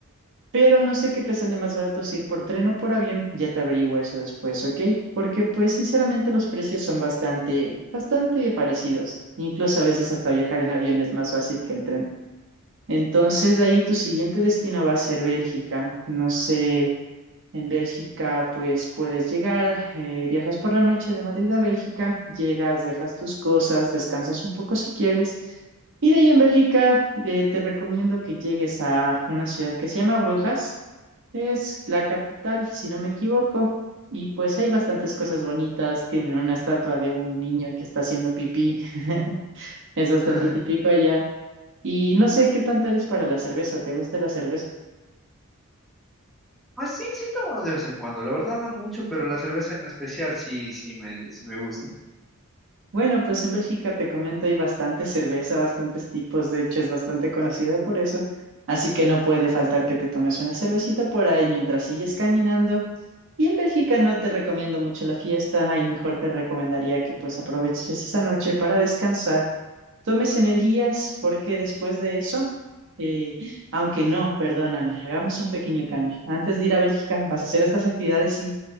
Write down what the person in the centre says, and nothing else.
Ajá.
Pues sí, sí tomo de vez en cuando, la verdad no mucho, pero la cerveza en especial sí, sí me, sí me gusta.